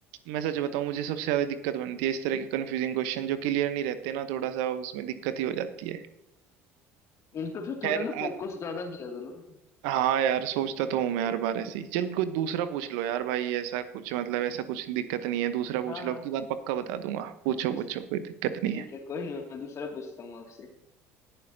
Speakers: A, on the right; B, on the left.
A: मैं सच बताऊं मुझे सबसे ज्यादा दिक्कत बनती है इस तरह के कंफ्यूजिंग क्वेश्चन जो क्लियर नहीं रहते ना थोड़ा सा उसमें दिक्कत ही हो जाती है
B: <laughs> इन पे फिर थोड़ा
A: खैर
B: ना फोकस
A: आ-
B: ज्यादा किया करो ना
A: हाँ यार सोचता तो हूँ मैं हर बार ऐसे ही चल कोई दूसरा पूछ लो यार भाई ऐसा कुछ मतलब ऐसा कुछ दिक्कत नहीं है दूसरा पूछ
B: हाँ हाँ
A: लो अब की बार पक्का बता दूंगा पूछो
B: दूस-
A: पूछो कोई दिक्कत नहीं
B: ठीक
A: है
B: है कोई नहीं मैं दूसरा पूछता हूँ आपसे